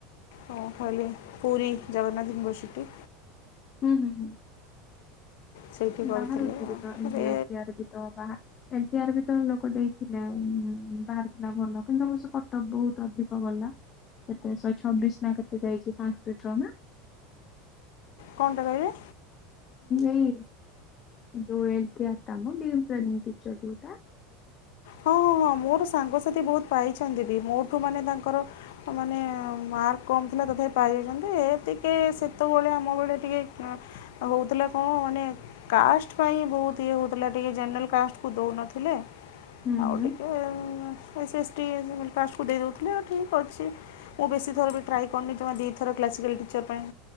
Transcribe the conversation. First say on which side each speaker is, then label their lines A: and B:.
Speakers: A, on the left; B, on the left.
A: ଓ ଖାଲି ପୁରୀ ଜଗନ୍ନାଥ ୟୁନିଭର୍ସିଟି
B: ହୁଁ ହୁଁ ହୁଁ।
A: ସେଇଠି
B: ହୁଁ
A: କରିଥିଲି
B: ବାହାରୁଚି ଏବେତ
A: ଆଉ।
B: ଏ
A: ଏବେ
B: ଲି ଆର୍ ଟି ଆର୍ ବିତ ବାହା ଏଲ୍ ୟାର ବି ତ ଲୋକ ଦେଇଥିଲା ଉମ୍ ବାହାରୁଥୁଲା ଭଲ କିନ୍ତୁ ଏ ବର୍ଷ କଟପ୍ ବୋହୁତ ଅଧିକ ଗଲା। କେତେ ଶହେ ଛବିଶ ନା କେତେ ଯାଇଚି ସାନସ୍କ୍ରିଟର ନା?
A: କଣଟା କହିଲେ?
B: ଏଇ ଯୋଉ ଏଲ୍ ଟି ଆର୍ ଟା ମ ଡି ଏମପ୍ଲୟମିଙ୍ଗ୍ ଟିଚର୍ ଯୋଉଟା।
A: ହଁ ହଁ ହଁ ହଁ ମୋର ସାଙ୍ଗସାଥି ବୋହୁତ ପାଇଚନ୍ତି ବି ମୋଠୁ ମାନେ ତାଙ୍କର ମାନେ ମାର୍କ କମ୍ ଥିଲା। ତଥାପି ପାଇଯାଇଚନ୍ତି ଏ ଟିକେ ସେତବେଳେ ଆମ ଭଳିଆ ଟିକେ ଅଁ ହୋଉଥୁଲା କଣ ମାନେ କାଷ୍ଟ୍ ପାଇଁ ବୋହୁତ ଇଏ ହୋଉଥୁଲା ଟିକେ ଜେନେରାଲ କାଷ୍ଟକୁ ଦୋଉନଥିଲେ।
B: ହୁଁ
A: ଆଉ
B: ହୁଁ।
A: ଟିକେ ଏମ ଏସିଏସଟି କାଷ୍ଟକୁ ଦେଇ ଦୋଉଥିଲେ ଆଉ ଠିକ ଅଛି ମୁଁ ବେଶୀ ଥର ବି ଟ୍ରାଏ କରନି ଜମା ଦିଥର କ୍ଲାସିକାଲ୍ ଟିଚର୍ ପାଇଁ